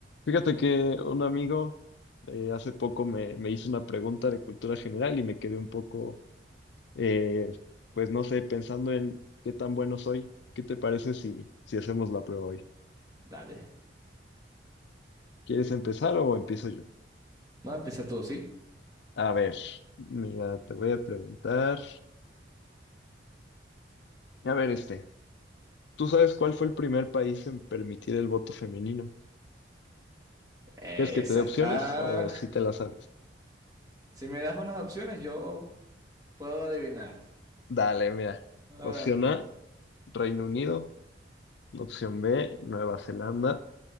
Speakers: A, on the left; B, on the right.
A: Fíjate que un amigo eh, hace poco me, me hizo una pregunta de cultura general y me quedé un poco, eh, pues no sé, pensando en qué tan bueno soy. ¿Qué te parece si, si hacemos la prueba hoy?
B: Dale.
A: ¿Quieres empezar o empiezo yo?
B: No, empieza tú, ¿sí?
A: A ver, mira, te voy a preguntar. A ver, este, ¿tú sabes cuál fue el primer país en permitir el voto femenino?
B: Eh,
A: ¿Quieres que
B: esa
A: te dé opciones
B: está...
A: o si te la sabes?
B: Si me das unas opciones, yo puedo adivinar.
A: Dale, mira.
B: Ah,
A: Opción A, Reino Unido. Opción B, Nueva Zelanda.